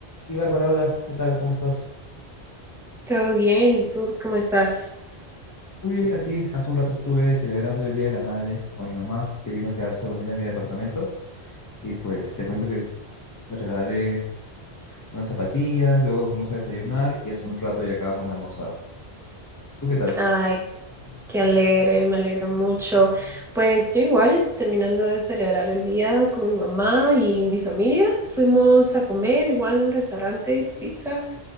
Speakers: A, on the left; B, in the centre.
A: Y Bárbara, hola, ¿qué tal? ¿Cómo estás?
B: Todo bien, ¿y tú cómo estás?
A: Muy bien, aquí hace un rato estuve celebrando el Día de la Madre con mi mamá, que vino a quedarse a dormir en mi departamento. Y pues te cuento que le regalé unas zapatillas, luego nos fuimos a desayunar y hace un rato ya acabamos de almorzar. ¿Tú qué tal?
B: Ay, qué alegre, me alegro mucho. Pues yo igual, terminando de celebrar el día con mi mamá y mi familia, fuimos a comer igual a un restaurante, pizza,